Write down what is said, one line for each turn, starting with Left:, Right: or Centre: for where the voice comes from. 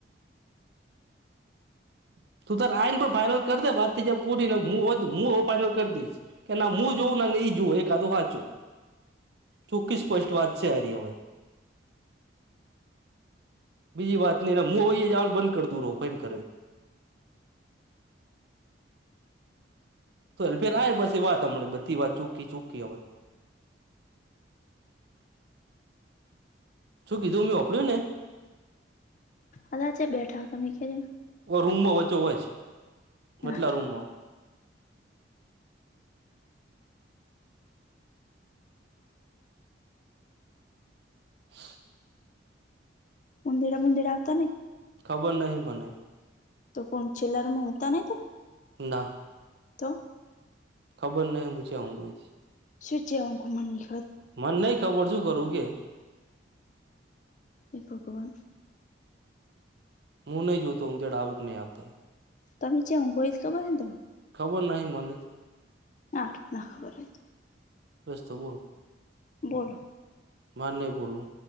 Right: <inaudible> તુ તાર આઈન પણ ફાઈનલ કરી દે વાત થય જાય પૂરી હું હોત હું હવે ફાઈનલ કરી દઈશ કે ના હું જોવુ ના ઈ જુએ એ કા તો હચ્ચો ચોખ્ખી સ્પષ્ટ વાત છે હારી હવે બીજી વાત નઈ મું હવે ઈ જવાનુ બંધ કરદુ રોફઈ કરે તુ અલ ફેર આય બસ એ વાત હમને બધી વાત ચોખ્ખી ચોખ્ખી હવે <inaudible> શું કીધુ મેં હોભડ્યુને ને
Left: અલા ચ્ય બેઠા હો તમે એ કેજો
Right: રૂમમાં વચો વચ વાટલા
Left: હારું.
Right: રૂમમાં <inaudible>
Left: ઉંડેડા બુંદેડા એ આવતા નહી
Right: ખબર નહિ મને
Left: તો કોન છેલ્લા રૂમમા ઊંઘતા નહી તમે
Right: ના
Left: તો
Right: ખબર નહી મુ ચ્યોં ઊંઘું એજ
Left: સૂ ચ્યોં ઊંઘું મની
Right: મને નહી ખબર શું કરું કે
Left: એ ભગવાન
Right: હું નહી જોતો ઊંધેડા આવેક નહી આવતા
Left: તમે ચ્યા ઊંઘો એત ખબર હેન તમન
Right: ખબર નહી મનેજ
Left: હારુ ના ખબર હોય ત
Right: બસ તો બોલ
Left: બોલો
Right: માર નહી બોલવુ